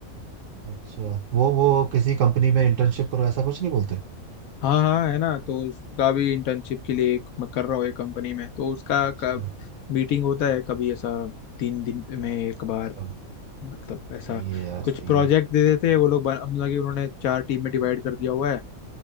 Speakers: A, on the right; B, on the left.
A: अच्छा वो वो किसी कंपनी में इंटर्नशिप करो ऐसा कुछ नहीं बोलते
B: हाँ हाँ है ना तो उसका भी इंटर्नशिप के लिए एक मैं कर रहा हूँ एक कंपनी में तो उसका
A: अच्छा
B: कब मीटिंग होता है कभी ऐसा तीन दिन में एक बार
A: अच्छा
B: मतलब ऐसा
A: सही है यार
B: कुछ
A: सही
B: प्रोजेक्ट
A: है
B: दे देते हैं वो लोग बन- मतलब कि उन्होंने चार टीम में डिवाइड कर दिया हुआ है